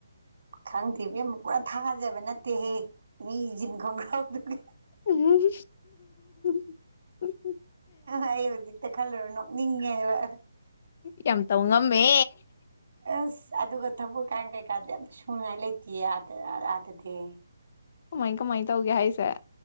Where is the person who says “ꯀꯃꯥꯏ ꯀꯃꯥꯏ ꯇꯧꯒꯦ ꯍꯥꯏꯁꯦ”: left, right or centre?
Left